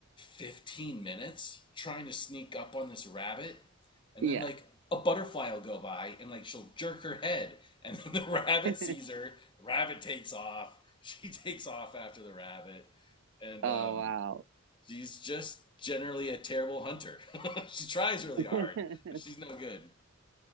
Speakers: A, on the left; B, on the right.
A: 15 minutes trying to sneak up on this rabbit and
B: Yeah.
A: then like a butterfly will go by and like she'll jerk her head and then the <laughs> rabbit
B: <laughs>
A: sees her the rabbit takes off she <laughs> takes off after the rabbit and
B: Oh
A: um
B: wow.
A: She's just generally a terrible hunter. <laughs> she tries really hard,
B: <laughs>
A: but she's no good.